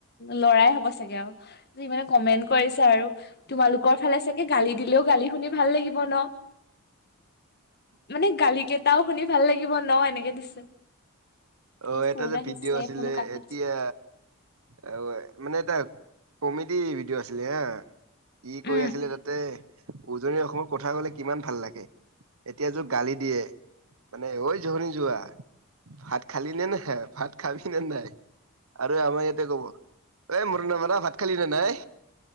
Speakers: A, on the left; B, on the right.
A: লৰাই হ'ব চাগে আৰু যি মানে কমেন্ট কৰিছে আৰু তোমালোকৰ ফালে চাগে গালি দিলেওঁ, গালি শুনি ভাল লাগিব ন। মানে গালি কেইটাও শুনি ভাল লাগিব ন, এনেকে দিছে।
B: অহ'
A: এই
B: এটা
A: ফোন
B: যে
A: আহিছে
B: ভিডিঅ' আছিলে
A: ফোনো কাটি
B: এতিয়া।
A: দিছে
B: অহ, মানে এ এ কমেডি ভিডিঅ' আছিলে হা। ই কৈ
A: উম
B: আছিলে তাতে উজনি অসমৰ কথা ক'লে কিমান ভাল লাগে। এতিয়া যোৰ গালি দিয়ে মানে ঐ জনি যোৱা, ভাত খালি নে নাই। ভাত খাবি নে নাই। আৰু আমাৰ ইয়াতে ক'ব, এই মোৰনে মৰা ভাত খালি নে নাই।